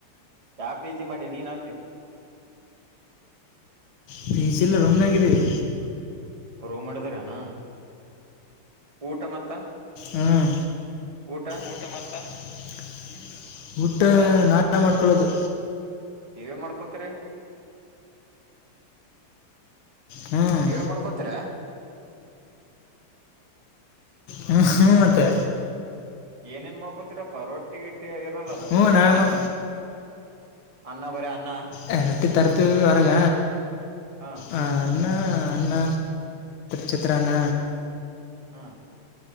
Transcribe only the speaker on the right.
ಯಾವ ಪಿ ಜಿ ಮಾಡಿ ನೀನ್ ಅಲ್ಲಿ
ರೋಮ್ ಮಾಡದರೇನು ಊಟ ಮತ್ತ
ಊಟ
ನೀವೇ ಮಾಡ್ಕೋತರಿ
ನೀವೇ ಮಾಡ್ಕೋತೀರ
ಹಲೋ
<inaudible> ಏನ್ ಏನ್ ಮಾಡ್ಕೊತ <unintelligible> ಇರಲ್ಲಲ್ಲ
<inaudible> ಅನ್ನ ಬರೆ ಅನ್ನ
ಹಾ
ಹಾ <inaudible>